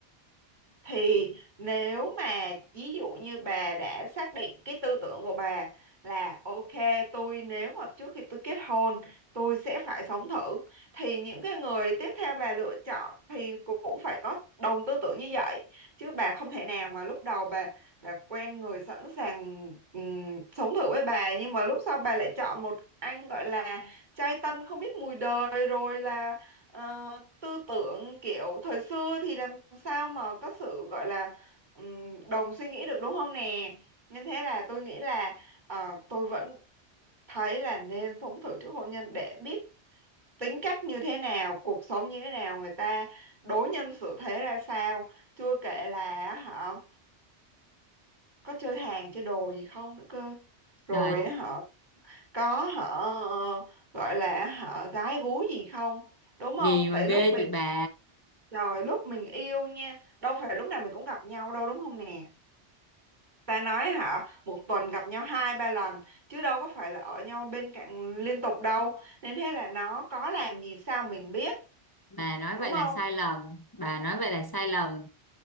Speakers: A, on the right; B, on the left.
A: thì nếu mà ví dụ như bà đã xác định cái tư tưởng của bà là ok tôi nếu mà trước khi tôi kết hôn tôi sẽ phải sống thử thì những cái người tiếp theo bà lựa chọn thì cũng phải có đồng tư tưởng như vậy chứ bà không thể nào mà lúc đầu bà bà quen người sẵn sàng ừm, sống thử với bà nhưng mà lúc sau bà lại chọn một anh gọi là trai tân không biết mùi đời rồi là Ờ, tư tưởng kiểu thời xưa thì làm sao mà có sự gọi là ừm, đồng suy nghĩ được đúng không nè nên thế là tôi nghĩ là ờ, tôi vẫn thấy là nên sống thử trước hôn nhân để biết tính cách như thế nào cuộc sống như thế nào người ta đối nhân xử thế ra sao chưa kể là họ có chơi hàng chơi đồ gì không nữa cơ rồi
B: Trời
A: họ có họ gọi là họ gái gú gì không đúng không
B: gì mà
A: tại
B: ghê
A: lúc mình
B: chị bà
A: Trời lúc mình yêu nha Đâu phải lúc nào mình cũng gặp nhau đâu đúng không nè Ta nói hả Một tuần gặp nhau hai ba lần Chứ đâu có phải là ở nhau bên cạnh liên tục đâu Nên thế là nó có làm gì sao mình biết
B: bà nói
A: Đúng
B: vậy
A: không
B: là sai lầm bà nói vậy là sai lầm